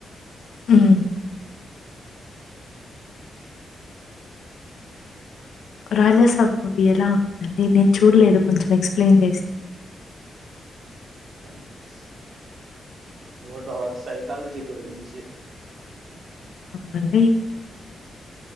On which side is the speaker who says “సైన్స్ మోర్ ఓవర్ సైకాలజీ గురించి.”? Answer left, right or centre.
Right